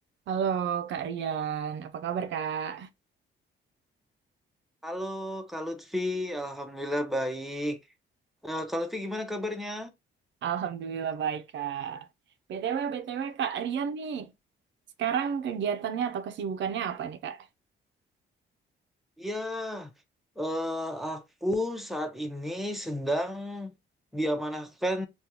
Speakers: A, on the right; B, in the centre.
A: Halo Kak Rian, apa kabar Kak?
B: Halo Kak Lutfi, Alhamdulillah baik. Eh Kak Lutfi gimana kabarnya?
A: Alhamdulillah baik Kak. BTW, BTW Kak Rian nih, sekarang kegiatannya atau kesibukannya apa nih Kak?
B: Ya, eh, aku saat ini sedang diamanahkan